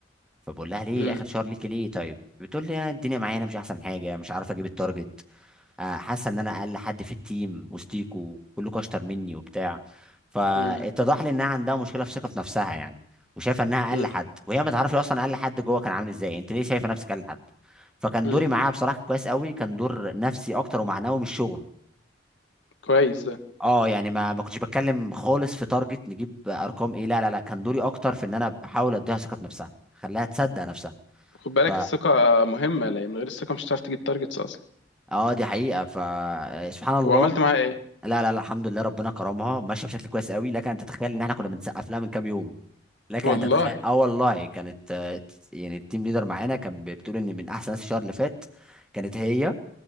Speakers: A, in the centre; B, on the left.
A: فبقول لها ليه
B: امم
A: اخر شهر ليكي ليه طيب بتقول لي يعني الدنيا معايا أنا مش احسن حاجه مش عارف اجيب التارجت آه، حاسه ان انا اقل حد في التيم وسطيكوا كلكوا اشطر مني وبتاع فاتضح
B: امم
A: لي انها عندها مشكله في ثقه في نفسها يعني وشايفه انها اقل
B: امم
A: حد وهي ما تعرفش اصلا اقل حد جوه كان عامل ازاي انت ليه شايفه نفسك اقل حد فكان
B: امم
A: دوري معاها بصراحه كويس قوي كان دور نفسي اكتر ومعنوي من الشغل
B: كويس ده
A: اه يعني ما ما كنتش بتكلم خالص في تارجت نجيب ارقام ايه لا لا لا كان دوري اكتر في ان انا بحاول اديها ثقه في نفسها خليها تصدق نفسها
B: خد بالك
A: ف
B: الثقه مهمه لا من غير الثقه مش هتعرف تجيب تارجتس اصلا
A: اه دي حقيقه فسبحان الله
B: طب وعملت معاها ايه
A: لا لا لا الحمد لله ربنا كرمها ماشيه بشكل كويس قوي لكن انت تتخيل ان احنا كنا بنسقف لها من كام يوم لكن
B: والله
A: انت تتخيل اه والله كانت آه، يعني التيم ليدر معانا كان بتقول ان من احسن ناس الشهر اللي فات كانت هي